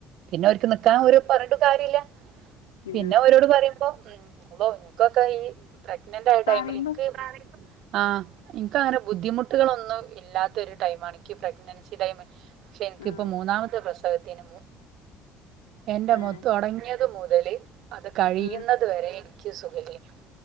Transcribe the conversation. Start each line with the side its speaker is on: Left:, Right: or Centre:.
Right: പിന്നെ ഓര്ക്ക് നിക്കാ ഓര് പറഞ്ഞിട്ടും കാര്യല്ല. പിന്ന
Left: ഉം
Right: ഓരോട് പറയുമ്പോ അള്ളോ ഇൻക്കൊക്കെ ഈ പ്രഗ്നന്റായടൈമില്
Left: പറയുമ്പോ
Right: ഇൻക്ക് ഇവിടാരേം ആഹ്. ഇന്കഅങ്ങനെ ബുദ്ധിമുട്ടുകളൊന്നും ഇല്ലാതൊരു ടൈമാണ് ഇന്ക് പ്രഗ്നൻസി ടൈമ്. ഷെ എന്ക്കിപ്പൊ
Left: ആഹ്
Right: മൂന്നാമത്തെ പ്രസവത്തിനും എന്റമ്മോ
Left: ഏഹ്
Right: തൊടങ്ങിയത് മുതല് അത് കഴിയുന്ന
Left: ആഹ്
Right: ഇതുവരെ എനിക്ക് സുഖല്ലേനി